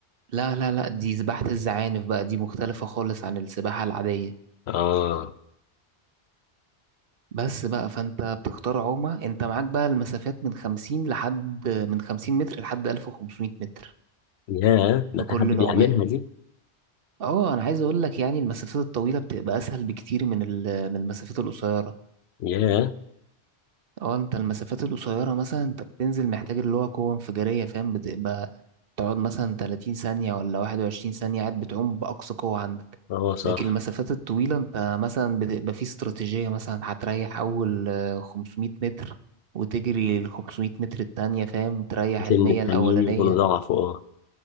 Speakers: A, on the right; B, on the left.
A: لا لا لا دي سباحة الزعانف بقى دي مختلفة خالص عن السباحة العادية
B: اه
A: بس بقى فانت بتختار عومة انت معاك بقى المسافات من خمسين لحد من خمسين متر لحد ألف وخمسمية متر
B: ياه ده
A: في
B: في
A: كل
B: حد بيعملها
A: العومات
B: دي
A: اه انا عايز اقول لك يعني المسافات الطويلة بتبقى اسهل بكتير من ال- من المسافات القصيرة
B: ياه
A: اه انت المسافات القصيرة مثلا انت بتنزل محتاج اللي هو قوة انفجارية فاهم بتبقى تقعد مثلا 30 ثانية ولا 21 ثانية قاعد بتعوم بأقصى قوة عندك
B: اه صح
A: لكن المسافات الطويلة انت مثلا بتبقى في استراتيجية مثلا هتريح أول آه، 500 متر وتجري ال 500 متر التانية فاهم وتريح
B: بحيث
A: المية
B: ان التانيين
A: الأولانية
B: يكونوا ضعفوا اه